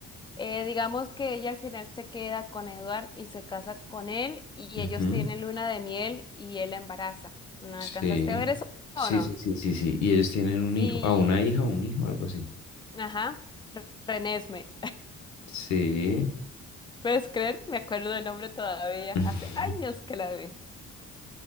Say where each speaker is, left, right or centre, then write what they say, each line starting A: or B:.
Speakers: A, on the left; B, on the left.
A: Eh, digamos que ella al final se queda con Edward y se casa con él y
B: Ujú.
A: ellos tienen luna de miel y él la embaraza. ¿No
B: Sí,
A: alcanzaste a ver eso
B: sí,
A: o no?
B: sí, sí, sí, sí. Y ellos tienen un
A: Y,
B: hijo, a una hija, un hijo, algo así.
A: ajá, Re- Renesme.
B: Sí.
A: ¿Puedes creer? Me acuerdo del nombre todavía,
B: <laughs>
A: hace años que la vi.